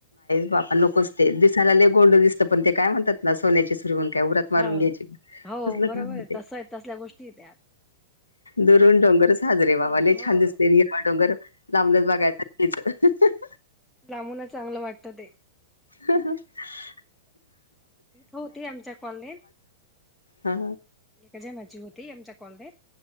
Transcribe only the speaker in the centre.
हा
हो
बरोबर
तस
तसल्या गोष्टी आहे त्या
हो
हो
लांबूनच चांगलं वाटत ते.
होते आमच्या कॉलनीत.
एका जणाची होती. आमच्या कॉलनेत,